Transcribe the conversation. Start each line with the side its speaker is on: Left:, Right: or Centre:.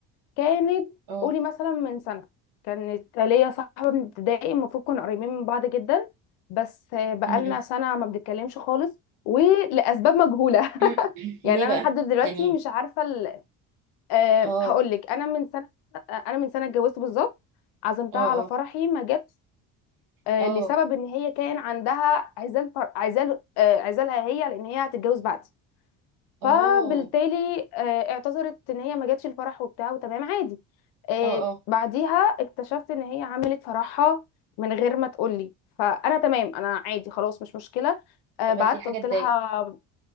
Left: كانت
Right: اه
Left: قولي مثلا من سنه كانت ليا صاحبه من ابتدائي المفروض كنا قريبين من بعض جدا بس آه، بقالنا
Right: م- م.
Left: سنه ما بنتكلمش خالص ولاسباب مجهوله <laughs>
Right: <clears throat> ليه
Left: يعني انا
Right: بقى
Left: لحد دلوقتي
Right: يعني
Left: مش عارفه ال... أه
Right: اه
Left: هقول لك انا من سنه انا من سنه اتجوزت بالظبط عزمتها
Right: اه
Left: على
Right: اه
Left: فرحي ما جت آه،
Right: اه
Left: لسبب ان هي كان عندها عزال فر... عزال آه، عزالها هي لان هي هتتجوز بعدي
Right: اه
Left: فبالتالي آه، اعتذرت ان هي ما جاتش الفرح وبتاع وتمام عادي آه،
Right: اه اه
Left: بعديها اكتشفت ان هي عملت فرحها من غير ما تقولي فانا تمام انا عادي خلاص مش مشكله آه،
Right: لا بس
Left: بعت
Right: دي حاجة
Left: قلت
Right: تضايق
Left: لها